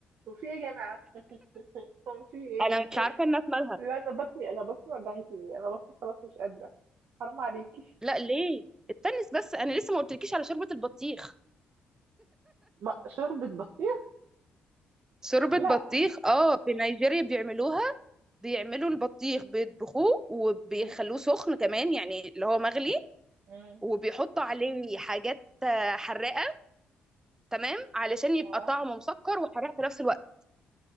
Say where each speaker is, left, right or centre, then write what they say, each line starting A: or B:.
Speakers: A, on the right; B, on the right.
A: هو في ايه يا جماعه هو في ايه
B: انا مش عارفه الناس مالها
A: لا انا بطني انا بطني وجعتني انا بطني خلاص مش قادره حرام عليكي
B: لا ليه استني بس انا لسه ما قلتلكيش على شوربه البطيخ
A: ما- شوربه بطيخ
B: شوربة
A: لا
B: بطيخ اه في نيجيريا بيعملوها بيعملوا البطيخ بيطبخوه وبيخلوه
A: مم،
B: سخن كمان يعني اللي هو مغلي
A: مم.
B: وبيحطوا عليه حاجات آه، حراقة تمام علشان يبقى
A: آه.
B: طعمه مسكر وحراق في نفس الوقت